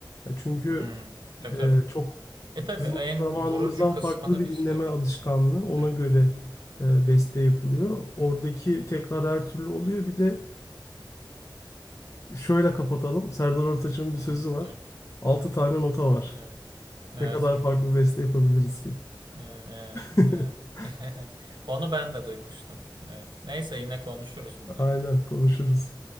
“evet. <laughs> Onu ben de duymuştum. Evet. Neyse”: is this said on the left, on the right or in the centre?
Right